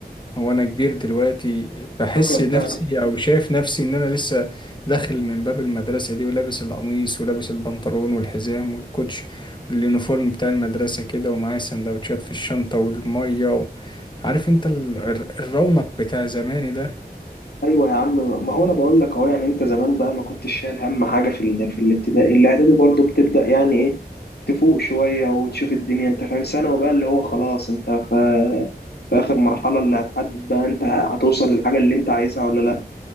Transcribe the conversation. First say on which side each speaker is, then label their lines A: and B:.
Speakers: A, on the left; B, on the left.
A: وأنا كبير دلوقتي بحس
B: فاكر
A: نفسي
B: بقى
A: أو شايف نفسي إن أنا لسه داخل من باب المدرسة دي ولابس القميص ولابس البنطلون والحزام والكوتش واليونيفورم بتاع المدرسة كده ومعايا سندوتشات في الشنطة والمية و... عارف أنت ال- الر- الرونق بتاع زماني ده
B: ايوه يا عم ما هو انا بقول لك اهو يعني انت زمان بقى ما كنتش شايل هم حاجه في ال... في الابتدائي الاعدادي برضه بتبدا يعني ايه تفوق شويه وتشوف الدنيا انت فاهم ثانوي بقى اللي هو خلاص انت في في اخر مرحله اللي هتحدد بقى انت هتوصل للحاجه اللي انت عايزها ولا لا